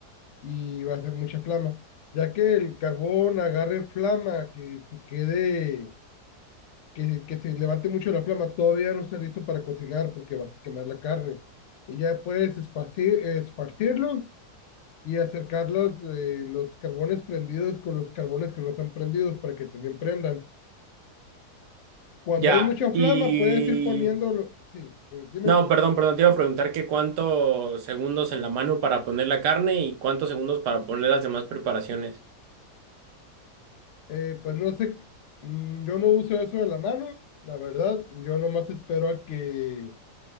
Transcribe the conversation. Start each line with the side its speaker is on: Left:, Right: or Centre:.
Left: y va a hacer mucha flama. Ya que el carbón agarre flama, que se quede, que, que se levante mucho la flama, todavía no está listo para cocinar porque vas a quemar la carne. Y ya puedes esparci- esparcirlo y acercar los, eh, los carbones prendidos con los carbones que no están prendidos para que también prendan. Cuando
Right: Ya,
Left: hay mucha
Right: y...
Left: flama, puedes ir poniéndolo. Sí, eh, dime.
Right: No, perdón, perdón, te iba a preguntar que cuántos segundos en la mano para poner la carne y cuántos segundos para poner las demás preparaciones.
Left: Eh, pues no sé, mm, yo no uso eso de la mano, la verdad, yo nomás espero a que